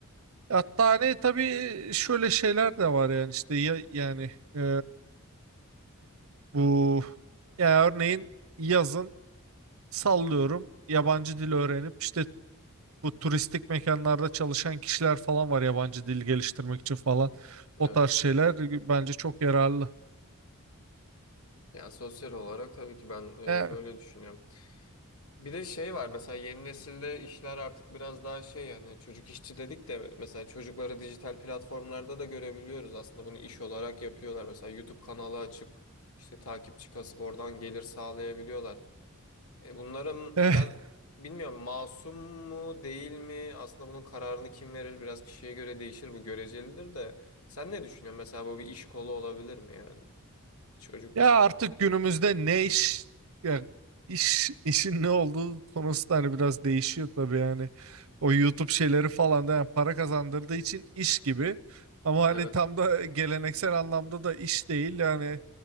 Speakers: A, on the right (about 70°); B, on the left (about 75°).
A: Hatta hani tabii şöyle şeyler de var yani işte ya, yani e, bu ya örneğin yazın sallıyorum yabancı dil öğrenip işte Bu turistik mekanlarda çalışan kişiler falan var yabancı dil geliştirmek için falan.
B: Evet.
A: O tarz şeyler bence çok yararlı.
B: Ya sosyal olarak tabii ki ben e,
A: E,
B: böyle düşünüyorum. Bir de şey var mesela yeni nesilde işler artık biraz daha şey yani çocuk işçi dedik de mesela çocukları dijital platformlarda da görebiliyoruz aslında bunu iş olarak yapıyorlar. Mesela YouTube kanalı açıp işte takipçi kasıp oradan gelir sağlayabiliyorlar. E, bunların
A: <laughs>
B: ben
A: eh,
B: bilmiyorum masum mu değil mi aslında bunun kararını kim verir biraz kişiye göre değişir bu görecelidir de sen ne düşünüyorsun mesela bu bir iş kolu olabilir mi yani bir çocuk
A: ya
B: için?
A: artık günümüzde ne iş ya iş işin ne olduğu konusu da hani biraz değişiyor tabii yani. O YouTube şeyleri falan da yani para kazandırdığı için iş gibi. Ama hani
B: Evet.
A: tam da geleneksel anlamda da iş değil yani.